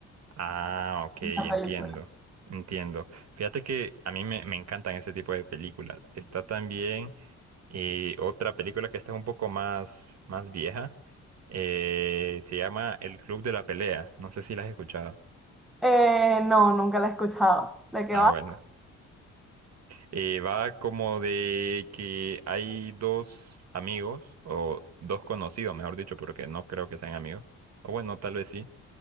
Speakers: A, on the right (about 60°); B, in the centre.
A: Ah, ok,
B: la
A: entiendo.
B: película.
A: Entiendo. Fíjate que a mí me, me encantan ese tipo de películas. Está también eh, otra película que está un poco más, más vieja. Eh, se llama El Club de la Pelea. No sé si la has escuchado.
B: Eh, no, nunca la he escuchado. ¿De qué
A: Ah,
B: va?
A: bueno. Eh, va como de que hay dos amigos, o dos conocidos, mejor dicho, porque no creo que sean amigos. O bueno, tal vez sí